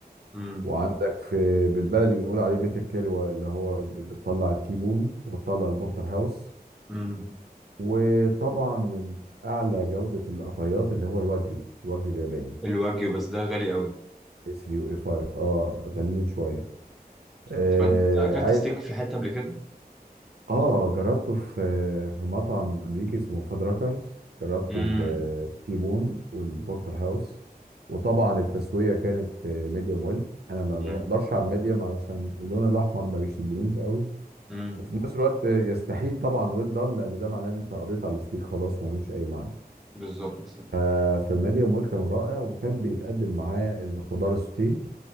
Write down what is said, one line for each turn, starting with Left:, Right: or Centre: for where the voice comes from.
Centre: امم
Right: وعندك في بالبلدي بنقول عليه بيت الكلوة اللي هو ب- بتطلع التيبون وبتطلع البورتر هاوس
Centre: امم
Right: وطبعا من اعلى جودة القطعيات اللي هو الواجيو الواجيو الياباني
Centre: الواجيو بس ده غالي أوي
Right: اس 3 واي 5 اه غاليين شوية آه
Centre: طب أنت أكلت ستيك في حتة قبل كده؟
Right: اه جربته في في مطعم امريكي اسمه فادراكرز جربت
Centre: امم
Right: ال- التيبون والبورتر هاوس وطبعا التسويه كانت ميديوم ويل انا ما
Centre: امم
Right: بقدرش على الميديوم علشان اللون الاحمر ما بيشدنيش قوي
Centre: امم
Right: وفي نفس الوقت يستحيل طبعا ويل دان لان ده معناه ان انت قضيت على الستيك خلاص ملوش اي معنى
Centre: بالظبط
Right: ففي الميديوم ويل كان رائع وكان بيتقدم معاه الخضار السوتيه